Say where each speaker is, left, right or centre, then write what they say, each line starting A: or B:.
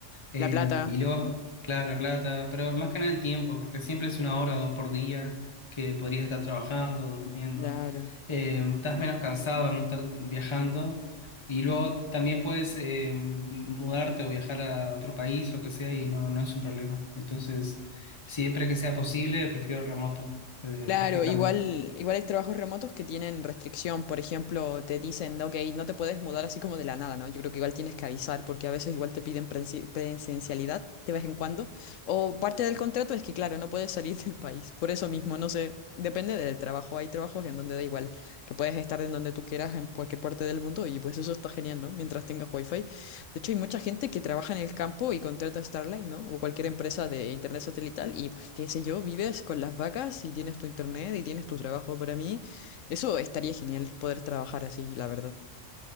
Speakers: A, on the left; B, on the left.
A: Eh,
B: La plata.
A: y luego, claro, la plata, pero más que nada el tiempo, porque siempre es una hora o dos por día que podrías estar trabajando, durmiendo.
B: Claro.
A: Eh, estás menos cansado de no estar viajando. Y luego también puedes eh, mudarte o viajar a otro país, lo que sea, y no, no es un problema. Entonces, siempre que sea posible, prefiero remoto, eh,
B: Claro,
A: perfectamente.
B: igual, igual hay trabajos remotos que tienen restricción, por ejemplo, te dicen, ok, no te puedes mudar así como de la nada, ¿no? Yo creo que igual tienes que avisar porque a veces igual te piden prensi- presencialidad de vez en cuando, o parte del contrato es que, claro, no puedes salir del país, por eso mismo, no sé, depende del trabajo, hay trabajos en donde da igual, que puedes estar en donde tú quieras, en cualquier parte del mundo, y pues eso está genial, ¿no? Mientras tengas wifi de hecho, hay mucha gente que trabaja en el campo y contrata a Starlink, ¿no? O cualquier empresa de internet satelital y pues qué sé yo, vives con las vacas y tienes tu internet y tienes tu trabajo. Para mí, eso estaría genial poder trabajar así, la verdad.